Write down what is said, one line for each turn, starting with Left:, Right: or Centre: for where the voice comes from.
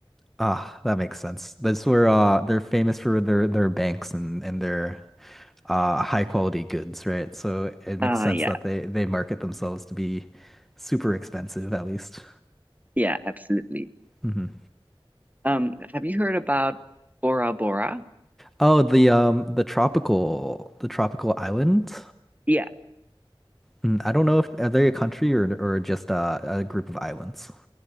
Centre: Ah, that makes sense. That's where uh they're famous for their their banks and and their uh high quality goods, right? So it makes
Right: Uh,
Centre: sense
Right: yeah,
Centre: that they they market themselves to be super expensive at least.
Right: yeah, absolutely.
Centre: Mhm.
Right: Um, have you heard about Bora Bora?
Centre: Oh, the um the tropical the tropical island.
Right: Yeah,
Centre: Mm, I don't know if are they a country or or just uh, a group of islands. <laughs>